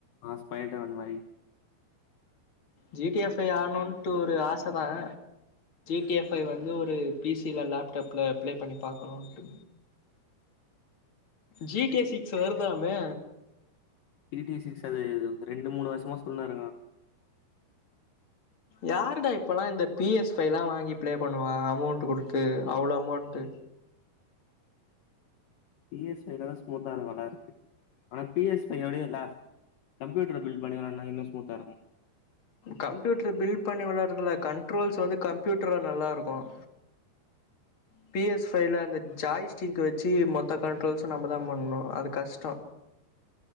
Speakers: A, on the left; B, on the left.
A: ஆஸ்பயட்ஒன் பை
B: ஜி டி எஃப் ஐ ஆட்னுட்டு ஒரு ஆச தான் பி எஃப் ஐ வந்து ஓரு பீசில்ல லேப்டாப்ல ப்லே பண்ணி பாக்கனுட்டு ஜி டி யே சிக்ஸ் வருதான
A: ஜி டி ஏ சிக்ஸ் அது ரெண்டு மூணு வருசமா சொல்ன்னு இருக்கா
B: யாருடா இப்பல்லா இந்த பி எஸ் ஃபை பைல்லாம் வாங்கி பிளே பண்ணுவா அமௌண்ட்டு குடுத்து அவ்ளோ அமௌண்ட்டு
A: பி எஸ் ஃபை தா ஸ்மூத்தா நல்லா இருக்கு ஆனா P S five யோடயே <unintelligible> computer bill பண்ணி வந்தா இன்னும் ஸ்மூத்தா இருக்கும்
B: கம்ப்யூட்டரு பில்ட் பண்ணி வெலாடுறதுல கண்ட்ரோல்ஸ் வந்து கம்ப்யூட்டர்ல நல்லா இருக்கும் பி எஸ் ஃபைல அந்த ஜாய் ஸ்டிக் வச்சி மொத்த கண்ட்ரோல்ஸும் நம்மதா பண்ணும் அது கஷ்டோ